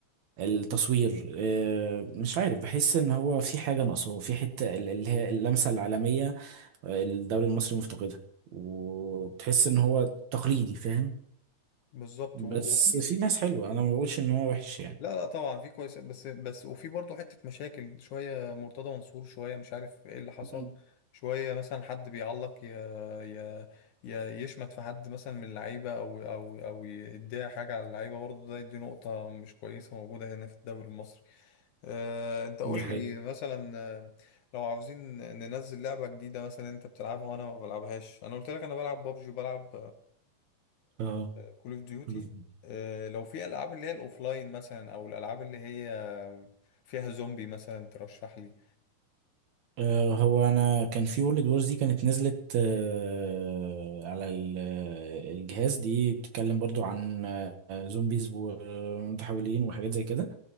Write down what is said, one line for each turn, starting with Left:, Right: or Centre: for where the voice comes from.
Right: التصوير آه، مش عارف بحس ان هو في حاجه ناقصاه في حته ال- اللي هي اللمسه العالميه آه، الدوري المصري مفتقدها وبتحس ان هو تقليدي فاهم
Left: بالظبط
Right: بس
Left: و- وفي
Right: في ناس حلوه
Left: في
Right: انا ما بقولش ان هو وحش يعني
Left: لا لا طبعا في كويس بس بس وفي برضه حتة مشاكل شوية مرتضى منصور شوية مش عارف ايه اللي حصل
Right: مم.
Left: شوية مثلا حد بيعلق ي... ي... ي... يشمت في حد مثلا من اللعيبة أو أو أو يديها حاجة على اللعيبة برضه ده دي نقطة مش كويسة موجودة هنا في الدوري المصري أه... أنت قول
Right: دي حقيقة
Left: لي مثلا آه، لو عاوزين ننزل لعبة جديدة مثلا أنت بتلعبها وأنا ما بلعبهاش أنا قلت لك أنا بلعب بابجي وبلعب
Right: اه
Left: كول اوف ديوتي
Right: خلاص بقى.
Left: لو في العاب اللي هي الاوفلاين مثلا او الالعاب اللي هي فيها زومبي مثلا ترشح لي
Right: آه، هو انا كان في وورلد وورز دي كانت نزلت آه، على ال- آه، الجهاز دي بتتكلم برضو عن آه، زومبيز ومتحولين وحاجات زي كده